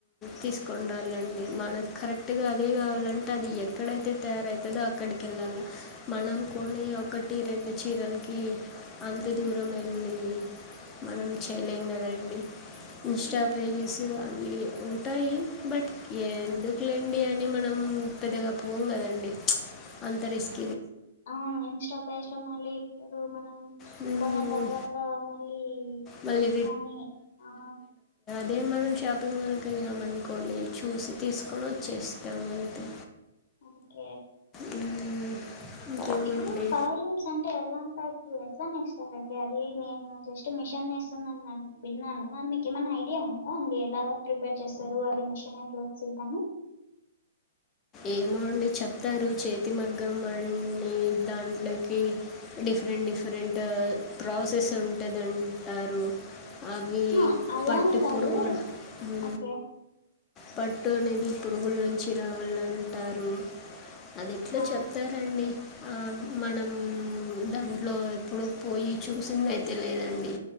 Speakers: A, on the left (about 20°); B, on the left (about 50°).
A: తీసుకుని రాలండి మనకు కరెక్ట్ అట్టుగా అదే కావాలంటే అది ఎక్కడైతే తయారయితదో అక్కడికి వెళ్ళాల మనం కొనే ఒక ఈ రెండు చీరలకి అంత
B: హ్మ్.
A: దూరం వెళ్ళి మనం చేయలేంగదండి ఇంస్టా
B: హుహు.
A: పేజెస్ అవి ఉంటాయి బట్ ఎందుకులే అండి అని మనం పెద్దగా పోమ్ కదండి అంతరిష్ట
B: అవును ఇన్స్టా పేజ్ లో మళ్ళీ ఇప్పుడు మనం
A: మ్మ్.
B: కొన్న తర్వాత మళ్ళీ
A: మళ్ళీ
B: మనీ ఆ
A: అదేం మనం షాపింగ్ మాల్కి వెళ్ళామ అనుకోండి చూసి తీసుకొని వచ్చేస్తాం అంతే
B: ఓకే
A: మ్మ్. ఇంకేమండి
B: ఇప్పుడు పవర్ లూమ్స్ అంటే ఎలాంటి టైప్ ఎట్లానేేస్తారండి అది నేను జస్ట్ మిషన్ నేస్తునని న విన్నాను అది మీకు ఏమైన్నా ఐడియా ఉందా అడి ఎలా ప్రిపేర్ చేస్తారు అది మెషిన్ ఎట్లా వచ్చిద్దాని
A: ఏమోండి చెప్తారు చేతి మగ్గం అని దాంట్లోకి డిఫరెంట్ డిఫరెంట్ ప్రాసెస్ ఉంటది అంటారు అవి
B: అహా! అలా
A: పట్టి
B: అని కాదు.
A: పురుగు ఉ
B: ఓకే.
A: పట్టు అనేది పురుగుల నుంచి రావాల అంటారు అది ఎట్లా
B: ఆ!
A: చెప్తారండి ఆ మనం దాంట్లో ఎప్పుడు పోయి చూసిందయితే లేదండి